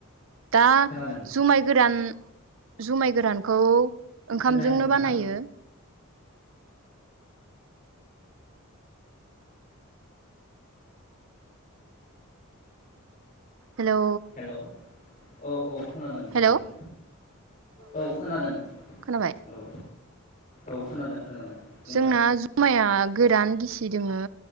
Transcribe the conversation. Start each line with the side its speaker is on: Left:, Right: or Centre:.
Right: दा
Left: खोनादों
Right: जुमाय गोरान जुमाय गोरानखौ ओंखामजोंनो
Left: खोनायाखै नोंथां
Right: बानायो हेलौ
Left: हेल' औ औ खोनादों नोंथां
Right: हेलौ
Left: औ खोनादों
Right: खोनाबाय
Left: औ औ खोनादों खोनादों बुंलाय
Right: जोंना जुमाया गोरान गिसि दङो